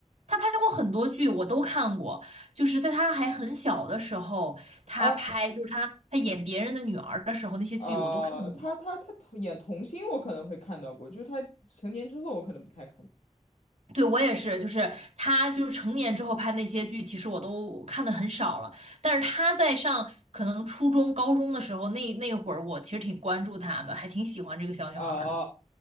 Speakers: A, on the right; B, on the left.
A: 他拍过很多剧，我都看过。就是在他还很小的时候，他拍就是他他演别人的女儿的时候，
B: 啊？
A: 那些剧我都看过。
B: 啊、他他他演童星，我可能会看到过，就是他成年之后，我可能不太看到。
A: 对，我也是，就是他就是成年之后拍那些剧，其实我都看的很少了。但是他在上可能初中、高中的时候，那那会儿我其实挺关注他的，还挺喜欢这个小女孩儿的。
B: 哦哦